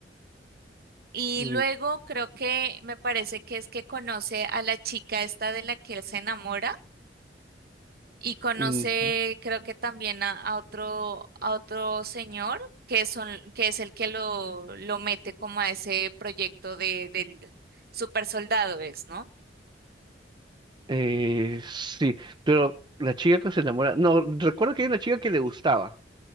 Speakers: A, on the right (about 60°); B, on the right (about 25°).
A: Y
B: Mm,
A: luego creo que me parece que es que conoce a la chica esta de la que él se enamora y conoce,
B: ujú.
A: creo que también a, a otro, a otro señor que son, que es el que lo, lo mete como a ese proyecto de, del super soldado es, ¿no?
B: Eh, sí, pero la chica que se enamora, no, recuerdo que hay una chica que le gustaba,